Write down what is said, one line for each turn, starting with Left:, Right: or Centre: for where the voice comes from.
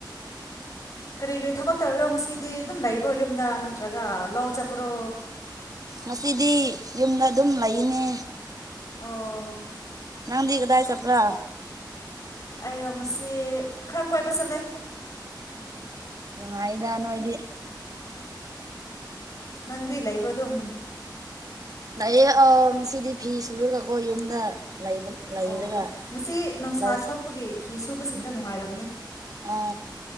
Right: <inaudible>
Left: ꯀꯔꯤ ꯀꯔꯤ ꯊꯕꯛ ꯇꯧꯕꯕꯤꯔꯣ ꯉꯁꯤꯗꯤ ꯑꯗꯨꯝ ꯂꯩꯕ꯭ꯔꯣ ꯌꯨꯝꯗ ꯅꯠꯇ꯭ꯔꯒ ꯂ ꯆꯠꯄ꯭ꯔꯣ
Right: ꯉꯁꯤꯗꯤ ꯌꯨꯝꯗ ꯑꯗꯨꯝ ꯂꯩꯅꯦ
Left: ꯑꯣ
Right: ꯅꯪꯗꯤ ꯀꯗꯥꯏ ꯇꯕ꯭ꯔꯥ
Left: ꯑꯩꯔꯣꯃꯁꯤ ꯈꯔ ꯀꯣꯏꯕ ꯆꯠꯂꯦ
Right: ꯅꯅꯨꯡꯥꯏꯗꯅꯣꯣꯏꯗꯤ
Left: ꯅꯪꯗꯤ ꯂꯩꯕ꯭ꯔꯣ ꯑꯗꯨꯝ
Right: ꯂꯥꯛꯌꯦꯦ ꯑꯪ ꯉ ꯁꯤꯗꯤ ꯐꯤ ꯁꯨꯔꯒꯀꯣ ꯌꯨꯝꯗ ꯂꯩꯕ ꯂꯩꯔꯒ
Left: ꯑꯣ ꯑ ꯉꯁꯤ ꯅꯨꯡꯁꯥ
Right: ꯂꯧ
Left: ꯊꯣꯛꯄꯒꯤ ꯐꯤ ꯁꯨꯕꯁꯤꯡꯗ ꯅꯨꯡꯉꯥꯏꯔ
Right: ꯑ